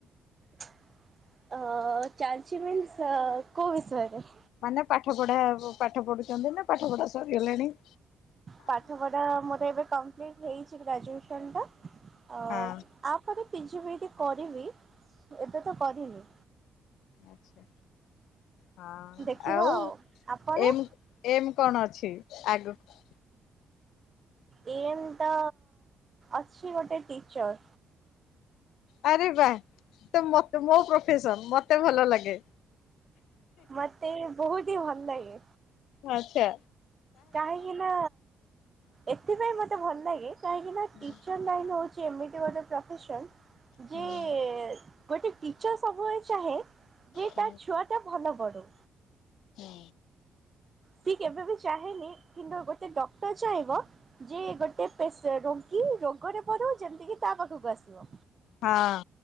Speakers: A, on the right; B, on the left.
A: ଅ, ଚାଲଛି ମିନ୍ସ ଅ, କୋଉ ବିଷୟରେ?
B: ମାନେ ପାଠ ପଢା ପ- ପାଠ ପଢୁଚନ୍ତି ନା ପାଠ ପଢା ସରିଗଲାଣି?
A: ପାଠ ପଢା ମୋର ଏବେ କମ୍ପ୍ଲିଟ୍ ହେଇଛି ଗ୍ରାଜୁଏସନ ଟା। ଆ,
B: ହଁ।
A: ଆ ମୁଁ ଏବେ ପିଜି ମୁଁ ଏବେ କରିମି। ଏବେ ତ କରିନି।
B: ଆଚ୍ଛା, ହଁ
A: ଦେଖିବା
B: ଆଉ
A: ଆପଣ?
B: ଏମି ଏମ୍ କଣ ଅଛି ଆଗକୁ?
A: ଏମ୍ ତ ଅଛି ଗୋଟେ ଟିଚର୍।
B: ଆରେ ବା ତ ମୋତେ ମୋ ପ୍ରଫେସନ୍ ମୋତେ ଭଲ ଲାଗେ।
A: ମୋତେ ବି ବହୁତି ଭଲ ଲାଗେ।
B: ଆଚ୍ଛା।
A: କାହିଁକି ନା ଏଥିପାଇଁ ମୋତେ ଭଲ ଲାଗେ କାହିଁକି ନା
B: ହୁଁ
A: ଟିଚର୍ ଲାଇନି ହଉଚି ଏମିତି ଗୋଟେ ପ୍ରଫେସନ୍ ଯେ
B: ହୁଁ
A: ଏ ଗୋଟେ ଟିଚର୍ ସବୁବେଳେ ଚାହେଁ ଯେ
B: ହୁଁ।
A: ତା ଛୁଆଟା ଭଲ ପଢୁ।
B: ହୁଁ।
A: ସିଏ କେବେବି ଚାହେଁନି କିନ୍ତୁ ଗୋଟେ ଡକ୍ଟର୍ ଚାହିଁବ ଯେ ଗୋଟେ ତ ସେ ରୋଗି ରୋଗରେ ପଡୁ ଯେମିତିକି ତା ପାଖକୁ ଆସିବ।
B: ହଁ